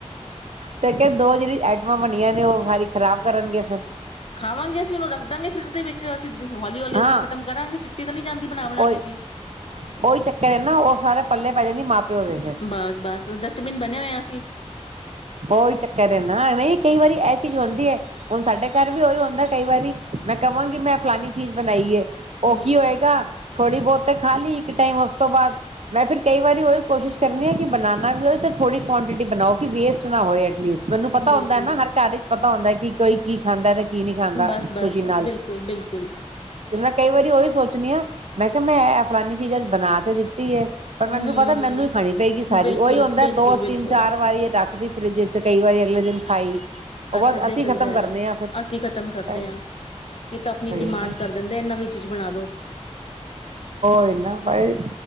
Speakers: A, on the right; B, on the left.
A: ਤੇ ਦੋ ਜਿਹੜੀ ਆਈਟਮਾਂ ਬਣੀਆਂ ਨੇ ਉਹ ਸਾਰੀ ਖ਼ਰਾਬ ਕਰਨਗੇ ਫਿਰ,
B: ਖਾਵਾਂਗੇ ਅਸੀਂ ਉਹਨੂੰ ਰੱਖਦਾਂਗੇ ਫਰਿੱਜ ਦੇ ਵਿੱਚ ਅਸੀਂ, ਹੌਲੀ ਹੌਲੀ
A: ਹਾਂ
B: ਅਸੀਂ ਖਤਮ ਕਰਾਂਗੇ। ਤਾਂ ਨਹੀਂ ਜਾਂਦੀ ਬਣਾ ਬਣਾ
A: ਉਹੀ
B: ਕੇ ਚੀਜ਼
A: ਉਹੀ ਚੱਕਰ ਨਾ ਉਹ ਸਾਰੇ ਪੱਲੇ ਪੈ ਜਾਂਦੀ ਮਾਂ ਪਿਓ ਦੇ ਫਿਰ
B: ਬਸ ਬਸ ਡਸਟਬਿਨ ਬਣੇ ਹੋਏ ਆ ਅਸੀਂ
A: ਉਹੀ ਚੱਕਰ ਐ ਨਾ ਐਵੇ ਕਈ ਵਾਰੀ ਇਹ ਚੀਜ਼ ਹੁੰਦੀ ਹੈ, ਹੁਣ ਸਾਡੇ ਘਰ ਵੀ ਉਹੀ ਹੁੰਦਾ ਕਈ ਵਾਰੀ ਮੈਂ ਕਹਾਂਗੀ ਮੈਂ ਫਲਾਨੀ ਚੀਜ਼ ਬਣਾਈ ਐ। ਉਹ
B: ਹੂੰ
A: ਕੀ ਹੋਏਗਾ। ਥੋੜ੍ਹੀ ਬਹੁਤ ਖਾ ਲਈ ਇੱਕ ਟਾਈਮ ਉਸ ਤੋਂ ਬਾਅਦ ਮੈਂ ਫਿਰ ਕਈ ਵਾਰੀ ਉਹੀ ਕੋਸ਼ਿਸ਼ ਕਰਨੀ ਐ ਕਿ ਬਨਾਣਾ ਵੀ ਔਈ। ਥੋੜੀ ਕੁਆਆਂਟਿਟੀ ਬਣਾਓ, ਕਿ ਵੇਸਟ ਨਾ ਹੋਏ ਐਟਲੀਸਟ ਮੈਨੂੰ ਪਤਾ
B: ਬਿਲਕੁਲ
A: ਹੁੰਦਾ ਨਾ ਹਰ ਘਰ ਈ ਪਤਾ ਹੁੰਦਾ ਕਿ ਕੋਈ ਕੀ ਖਾਂਦਾ ਤੇ ਕੀ ਨਹੀਂ ਖਾਂਦਾ
B: ਬਸ ਬਸ
A: ਖੁਸ਼ੀ
B: ਬਸ
A: ਨਾਲ
B: ਬਿਲਕੁਲ ਬਿਲਕੁਲ,
A: ਤੇ ਮੈਂ ਕਈ ਵਾਰੀ ਉਹੀ ਸੋਚਣੀ ਆ ਮੈਂ ਕਿਹਾ ਮੈਂ ਇਹ ਫਲਾਨੀ ਚੀਜ਼ਾਂ ਬਣਾ ਤੇ ਦਿੱਤੀ ਹੈ। ਪਰ ਮੈਨੂੰ
B: ਹੂੰ
A: ਪਤਾ ਮੈਨੂੰ ਹੀ ਖਾਣੀ ਪਏਗੀ ਸਾਰੀ
B: ਬਿਲਕੁਲ
A: ਉਹੀ ਹੁੰਦਾ।
B: ਬਿਲਕੁਲ
A: ਉਹ
B: ਬਿਲਕੁਲ
A: ਤਿੰਨ ਚਾਰ ਵਾਰੀ ਇਹ ਰੱਖਦੀ ਫਰਿੱਜ ਚ ਕਈ ਵਾਰੀ ਅਗਲੀ ਇੱਕ ਦਿਨ ਖਾਈ ਉਹ ਬਸ
B: ਏਦਾਂ
A: ਅਸੀਂ
B: ਹੀ ਕਰੀਦਾ
A: ਖ਼ਤਮ
B: ਹੈ
A: ਕਰਨੇ ਆ ਫਿਰ
B: ਅਸੀਂ ਖ਼ਤਮ ਕਰਦੇ
A: ਹੀ
B: ਹਾਂ ਇਹ ਤਾਂ ਆਪਣੀ ਡਿਮਾਂਡ
A: ਨਾ
B: ਕਰ ਦਿੰਦੇ ਆ, ਨਵੀਂ ਚੀਜ਼ ਬਣਾ ਦੋ
A: ਹੀ ਨਾ ਈ